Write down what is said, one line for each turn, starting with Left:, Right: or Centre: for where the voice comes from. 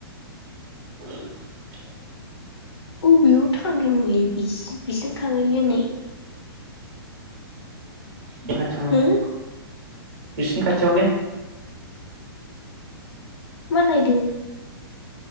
Right: <unintelligible>
Left: अबेयाव थांदों नोंलै बिसि थांनोलै न
Right: <unintelligible>
Left: हो
Right: बिसिनि खाथियाव लै
Left: मा लायदों।